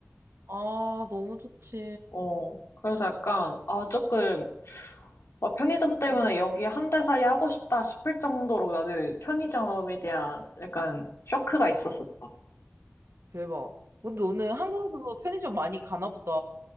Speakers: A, on the right; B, on the left.
A: 아, 너무 좋지.
B: 어. 그래서 약간, 아, 조금, 어, 편의점 때문에
A: 아,
B: 여기 한달 살이 하고 싶다 싶을 정도로 나는 편의점에 대한 약간 쇼크가 있었었어.
A: 오, 대박. 근데 너는 한국에서도 편의점 많이 가나 보다.